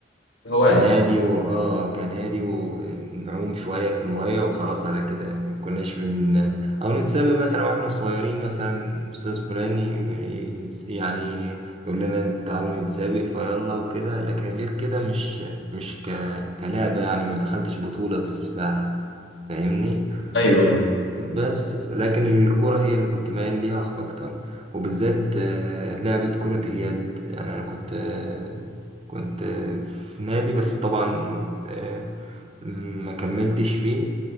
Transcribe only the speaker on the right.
كنادي واه كنادي ونعوم شويه في الميه وخلاص على كده يعني ما كناش بن او نتسابق مثلا واحنا صغيرين مثلا استاذ فلاني م- يعني يقول لنا تعالوا نتسابق فيلا وكده لكن غير كده مش مش ك... كلعبه يعني ما دخلتش بطوله في السباحه فاهمني
بس ف- لكن الكرة هي اللي كنت مايل ليها أكتر وبالذات آه، لعبة كرة اليد يعني أنا كنت آه، كنت آه، في نادي بس طبعا آه، ما كملتش فيه